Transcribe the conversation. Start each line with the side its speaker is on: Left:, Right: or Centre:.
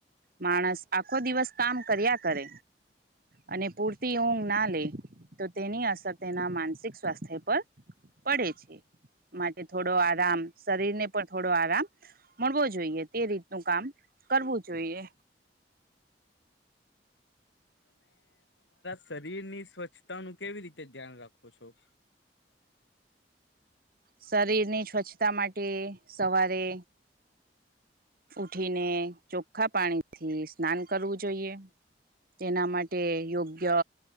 Right: માણસ. આખો દિવસ કામ કર્યા. અને પૂરતી ઊંઘ ના, લે તો, તેની અસર તેના માનસિક સ્વાસ્થ્ય પર પડે છે માટે થોડો આરામ શરીરને પણ થોડો આરામ મળવો જોઈએ તે રીતનું કામ કરવું. જોઈએ.
Left: શરીર ની સ્વચ્છતા નું કેવી રીતે ધ્યાન રાખો છો.
Right: શરીરની સ્વચ્છતા માટે સવારે. ઉઠીને ચોખ્ખા પાણી થી સ્નાન કરવું. જોઈએ તેના માટે યોગ્ય